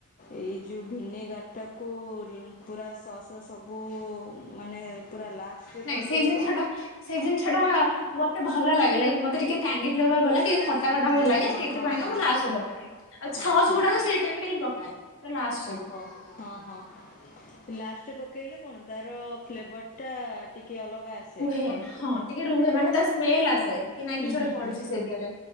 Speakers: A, on the left; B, on the left.
A: ଏଇ ଯୋଉ ଭିନେଗାର ଟାକୁ ଅ ପୁରା ସସ୍ ର ସବୁ ମାନେ ପୁରା ଲାଷ୍ଟରେ
B: ନାଇଁ
A: ପକେଇବ।
B: ସେଇ ଜିନିଷ ଟା ସେଇ ଜିନିଷ ଟା ମତେ ଭଲ ଲାଗେ ଲାଇକ୍ ମତେ ଟିକେ ଟାଙ୍ଗି ଫ୍ଲେଭର ଭଲ ଲାଗେ ଟିକେ ଖ ପାଗ ଟା
A: ହଁ
B: ଭଲ ଲାଗେ
A: ହଁ
B: ସେଇଥିପାଇଁକା
A: ହଁ ହଁ
B: ମୁଁ ଲାଷ୍ଟ ରେ ପକାଏ ଆଉ ସସ୍
A: ଆଚ୍ଛା
B: ଗୁଡା ସେଇ ଟାଇମରେ ହିଁ ପକାଏ ପୁରା ଲାଷ୍ଟ ରେ।
A: ହଁ ହଁ ହଁ ଲାଷ୍ଟରେ ପକେଇଲେ କଣ ତାର ଫ୍ଲେଭରଟା ଟିକେ ଅଲଗା ଆସେ।
B: ହଁ। ଟିକେ ରୁହେ ମାନେ ତାର ସ୍ମେଲ ଆସେ କି ନାଇଁ
A: ହୁଁ
B: କିଛି ଗୋଟେ
A: ହୁଁ
B: ପଡିଛି
A: ହୁଁ
B: ସେଇଥିରେ